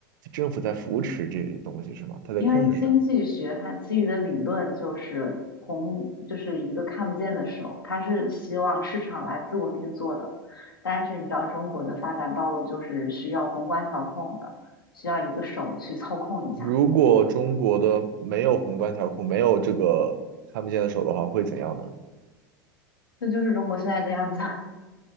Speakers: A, on the right; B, on the left.
A: 政府在扶持这些东西是吗？它在控制着。
B: 因为经济学它基于的理论就是红，就是一个看不见的手，它是希望市场来自我运作的。但是你知道中国的发展道路就是需要宏观调控的，需要一个手去操控一下。
A: 如果中国的没有宏观调控，没有这个看不见的手的话，会怎样呢？
B: 这就是中国现在这样子。<laughs>